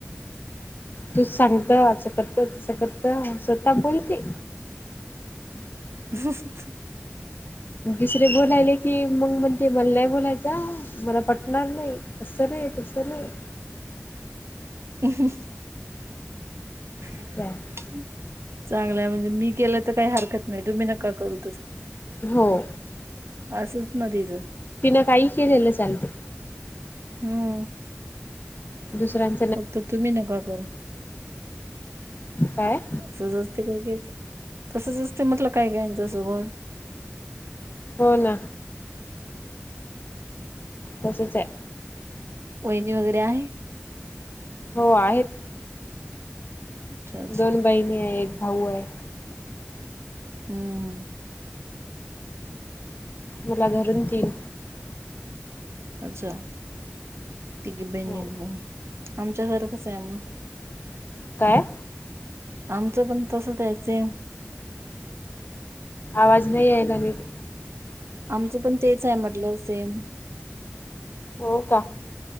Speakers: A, on the left; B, on the right.
A: तू सांगत असं करत तसं करत स्वतः बोलते.
B: <inaudible>
A: दुसरे बोलायले की मग म्हण ते मला नाही बोलायचं मला पटणार नाही. असं नाही तसं नाही.
B: ह
A: असं
B: <inaudible>
A: आहे
B: चांगलं म्हणजे मी केलं तर काही हरकत नाही तुम्ही नका करू.
A: हो.
B: असंच ना तिच.
A: तिनं काहीही केलेलं चालते
B: हम्म
A: दुसऱ्यां.
B: फक्त तुम्ही नका करू.
A: काय.
B: तसंच असते काय कायचं तसंच असते म्हटलं काय कायंच स्वभाव.
A: हो ना तसच आहे.
B: वहिणी वगैरे आहे.
A: हो आहेत
B: अच्छा अच्छा
A: दोन बहिणी आहे एक भाऊ आहे.
B: हम्म हम.
A: मला धरून तीन.
B: अच्छा तिघी बहीणी
A: हो
B: एक भाऊ आमच्या सारखच आहे मग.
A: काय.
B: आमचं पण तसच आहे सेम.
A: आवाज नाही यायला नीट.
B: आमचं पण तेच आहे म्हटलं सेम.
A: हो का.